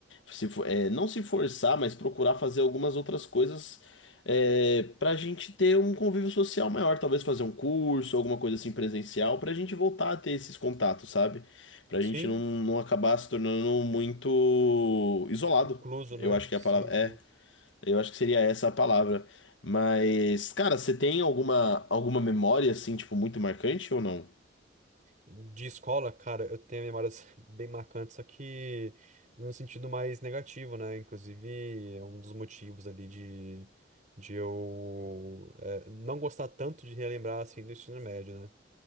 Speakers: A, on the left; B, on the right.
A: se, fo- é, não se forçar, mas procurar fazer algumas outras coisas é, pra gente ter um convívio social maior. Talvez fazer um curso, alguma coisa assim presencial, pra gente voltar a ter esses contatos, sabe? Pra
B: Sim,
A: gente não, não acabar se tornando muito isolado.
B: incluso, né?
A: Eu acho que
B: Sim,
A: é a palavra.
B: sim.
A: É. Eu acho que seria essa a palavra. Mas, cara, você tem alguma, alguma memória, assim, tipo, muito marcante ou não?
B: De escola, cara, eu tenho memórias <laughs> bem marcantes, só que no sentido mais negativo, né? Inclusive, é um dos motivos ali de, de eu eh, não gostar tanto de relembrar, assim, do ensino médio, né?